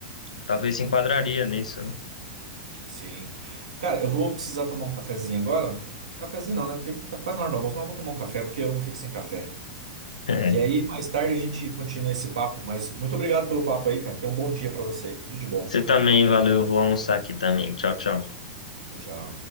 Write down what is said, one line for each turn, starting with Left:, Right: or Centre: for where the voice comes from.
Left: talvez se enquadraria nisso, né? <laughs>
Right: Sim. Cara, eu vou precisar tomar um cafezinho agora. Cafezinho não, né? Tem, tá quase na hora do almoço, mas eu vou tomar um café porque eu não fico sem café.
Left: É.
Right: E aí, mais tarde a gente continua esse papo, mas muito obrigado pelo papo aí, cara. Tenha um bom dia para você aí. Tudo de bom.
Left: Você também, valeu, vou almoçar aqui também. Tchau, tchau.
Right: Tchau, tchau.